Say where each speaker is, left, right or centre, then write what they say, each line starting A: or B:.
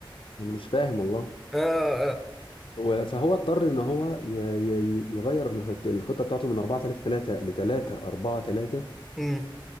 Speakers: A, on the left; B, in the centre.
A: مش فاهم والله
B: <laughs> اه
A: هو- فهو اضطر ان هو ي- ي- يغير الخط- الخطه بتاعته من 4 3 3 ل 3 4 3
B: امم